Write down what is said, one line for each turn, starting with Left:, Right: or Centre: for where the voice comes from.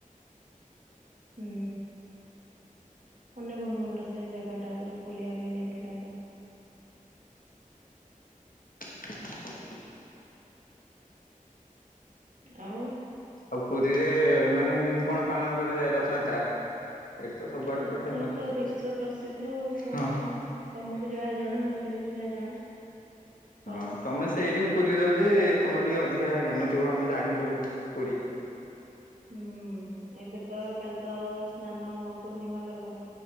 Right: ହୁଁ ମନେ ପଡୁନି ମୋର ସେ ଜାଗା ଟା ଯୋଉ ବୁଲିବା ପାଇଁ ଯାଇଥିଲେ ଆମେ।
Left: <inaudible>
Right: ଆଉ
Left: ଆଉ ପୁରୀରେ ମାନେ କେମିତି କଣ ପାଳନ କରାଯାଏ ରଥଯାତ୍ରା? ସେଇଠି ତ ସବୁଆଡେ
Right: ରଥ
Left: ପୁରା ଫେମସ
Right: ଯାତ୍ରା
Left: ପୁରୀ
Right: ବିଶ୍ଵ ପ୍ରସିଦ୍ଧ ଆଉ କଣ
Left: ହଁ।
Right: ଆଉ? ତମକୁ ଯାହା ଜଣା ମତେ ବି ସେୟ ଜଣା। ବାସ୍
Left: ହଁ ତମେ ସେଇଠି ପୁରୀର ଯେ ତମର ଟିକେ ଅଧିକା ଜ୍ଞାନ ଥିବ ଆମେ <unintelligible> ପୁରୀ
Right: ହୁଁ ଏବେ ତ କାଲି ତ ସ୍ନାନ ପୂର୍ଣ୍ଣିମା ଗଲା।